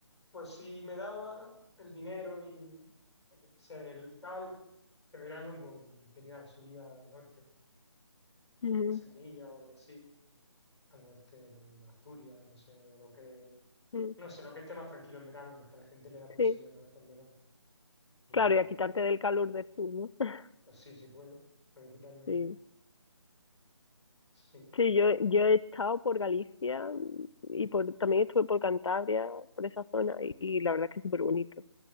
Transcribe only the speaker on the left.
Ujú,
ujú,
Sí,
claro, y a quitarte del calor del sur, ¿no? <laughs>
Sí.
Sí, yo, yo he estado por Galicia y por, también estuve por Cantabria, por esa zona, y, y la verdad es que es súper bonito,